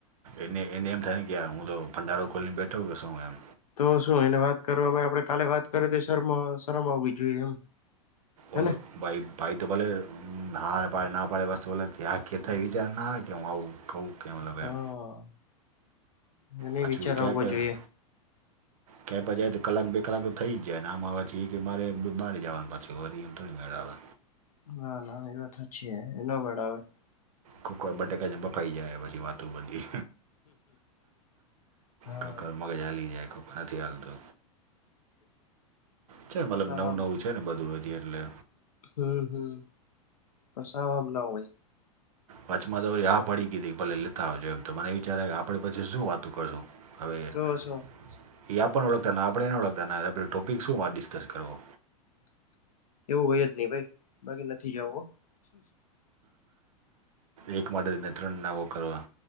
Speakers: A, on the right (about 75°); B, on the left (about 85°).
A: એને એને એમ થાય ને કે હું તો ભંડારો ખોલીની બેઠો બેસું એમ.
B: તો શું એને વાત કરવાવામાં આપડણે કાલે વાત કરીએ તો શમ શરમ આવવી જોઈએ એમ. હેને
A: ઓલો ભાઈ ભાઈ તો ભલે હાર પાડે ના પાડે વસ્તુ ત આ કેહેતા વિચાર ના આવે હુ‌ આવું. કવું કે મતલબ
B: હા
A: એમ
B: એને
A: પાછું
B: વિચાર
A: કે
B: આવવો
A: પડને.
B: જોઈએ
A: કપ જાય તો કલાક બે કલાક તો થઈ જાય ને આમ આવ પછ એ કે મારે બહાર જવાનું પાછી વરી એમ થોડી મેળ આવે.
B: ના ના એ વાત સાચી હ એ ના મેળ આવે.
A: ખ બટકા જ બફાઈ જાય પછી વાતો બધી.
B: હા
A: કોક વાર મગજ હલી જાય કોખ નથી હાલતો. છે મતલબ
B: સાવ
A: નવું નવું છે ને બધું હજી એટલે.
B: હમ્મ હમ્મ પણ સાવ એમ ના હોય.
A: પાચમાં તોરી આ પડી ગઈ હતી કે ભલે લેતા આવજો એમ તો મને વિચારે કે આપડે પછી શું વાતું કરશું. હવે એ
B: તો શું
A: આપણને ઓળખતા આપણે એને ઓળખતાના આપણે ટોપિક શું વા ડિસ્કસ કરવો‌.
B: એવું હોય જ નહી ભાઈ બાકી નથી જવું.
A: એક માટે ને ત્રણ નાવો કરવા.